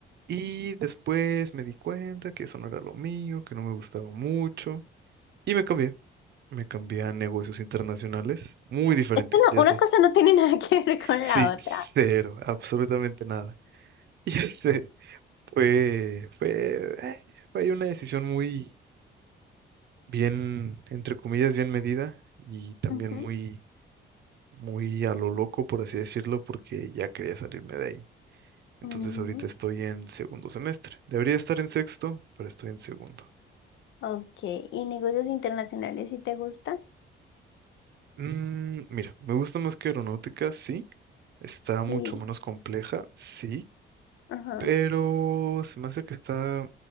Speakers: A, on the right; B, on the left.
A: y después me di cuenta que eso no era lo mío, que no me gustaba mucho Y me cambié. Me cambié a negocios internacionales. Muy diferente,
B: Esto no-
A: ya
B: una
A: sé.
B: cosa no tiene <laughs> nada que ver con
A: Sí,
B: la otra.
A: cero, absolutamente nada. <laughs> Ya sé. Fue, fue, eh, fue una decisión muy bien, entre comillas, bien medida y también
B: Ujú.
A: muy, muy a lo loco, por así decirlo, porque ya quería salirme de ahí. Entonces
B: Mm,
A: ahorita estoy en segundo semestre. Debería estar en sexto, pero estoy en segundo.
B: Ok, ¿y negocios internacionales si te gusta?
A: Mm, mira, me gusta más que aeronáutica, sí. Está mucho
B: Sí.
A: menos compleja, sí
B: Ajá.
A: pero se me hace que está